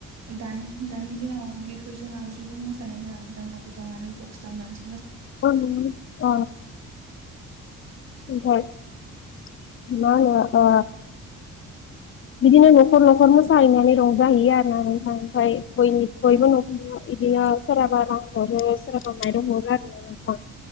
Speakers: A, on the right (about 60°); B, on the left (about 45°).
A: दानि दानि दिनाव बेफोरजों आगजुजों मोसानाय जानानै दांबा गोबाङानो बक्स दामनानै मोसा
B: अ अ म अ <inaudible> मा होनो ओ बिदिनो न'खर न'खर मोसाहैनानै रंजाहैयो आरोना नोंथां ओमफ्राय बयबोनि बयबो
A: औ
B: न'खराव इदिनो सोरहाबा रां‌ हरो सोरहाबा माइरं हरो आरो नोंथां